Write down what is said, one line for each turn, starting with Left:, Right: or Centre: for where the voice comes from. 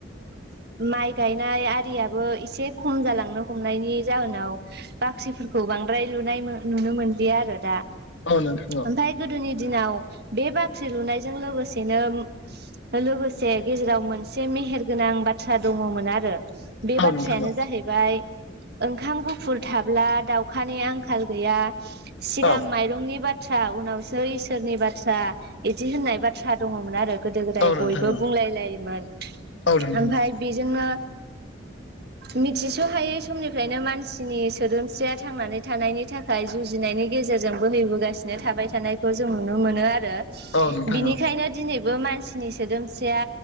Right: <inaudible> माइ गायनाय आरियाबो एसे खम जालांनो हमनायनि जाहोनाव बाख्रिफोरखौ बांद्राय लुनाय नुनो मोनलिया आरो दा।
Left: औ नोंथां औ।
Right: ओमफ्राय गोदोनि दिनाव बे बाख्रि लुनायजों लोगोसेनो फाय लोगोसे गेजेराव मोनसे मेहेर गोनां बाथ्रा दङमोन आरो। बे
Left: औ
Right: बाथ्रायानो
Left: नोंथां
Right: जाहैबाय ओंखाम गुफुर थाब्ला दाउखानि आंखाल गैया। सिगां
Left: औ
Right: माइरंनि बाथ्रा उनावसो इसोरनि बाथ्रा बिदि होननाय बाथ्रा दङमोन आरो। गोदो गोदाय
Left: औ नोंथां
Right: बयबो
Left: औ
Right: बुंलाय लायोमोन।
Left: औ नोंथां
Right: ओमफ्राय
Left: औ
Right: बिजोंनो मिथिस'हायै समनिफ्रायनो मानसिनि सो सोदोमस्रिया थांनानै थानायनि थाखाय जुजिनायनि गेजेरजोंबो नेबोगासिनो थाबाय थानाय खौ जों नुनो मोनो आरो।
Left: औ नोंथां
Right: बिनिखायनो
Left: औ
Right: दिनैबो मानसिनि सोदोमस्रिया